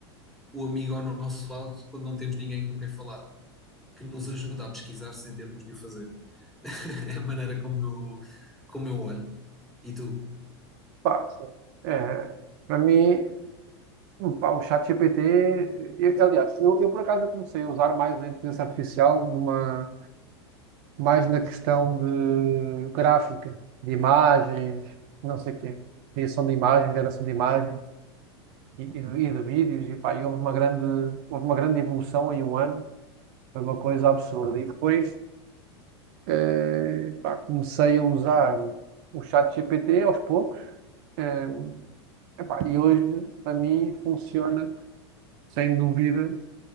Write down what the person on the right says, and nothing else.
Pá, sim. Eh, para mim, pá, o ChatGPT, eu- aliás, eu, eu por acaso eu comecei a usar mais a inteligência artificial numa mais na questão de gráfica, de imagens, não sei o quê, criação de imagens, geração de imagens e, e de, e de vídeos, e pá, e houve uma grande, houve uma grande evolução em um ano, foi uma coisa absurda. E depois eh, pá, comecei a usar o chat GPT aos poucos, eh, epá, e hoje para mim funciona sem dúvida